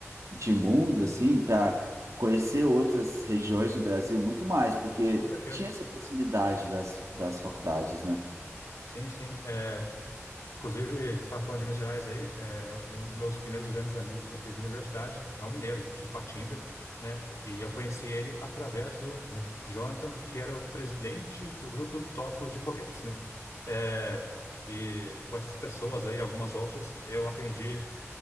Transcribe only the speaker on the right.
de mundo, assim, para conhecer outras regiões do Brasil muito mais, porque
tinha essa proximidade das, das faculdades, né?